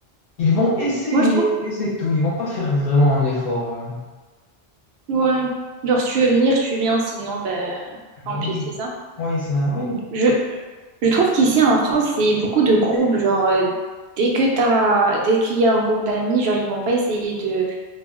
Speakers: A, on the left; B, on the right.
A: ils vont essayer
B: Moi, je trouve...
A: et c'est tout ils vont pas faire vraiment un effort. euh.
B: Ouais. Genre, si tu veux venir, tu viens, sinon, ben, tant
A: Ah
B: pis,
A: Oui,
B: c'est ça?
A: oui, c'est un oui.
B: Je, Je trouve qu'ici en France, c'est beaucoup de groupes. Genre, euh, dès que t'as, dès qu'il y a un groupe d'amis, genre, ils vont pas essayer de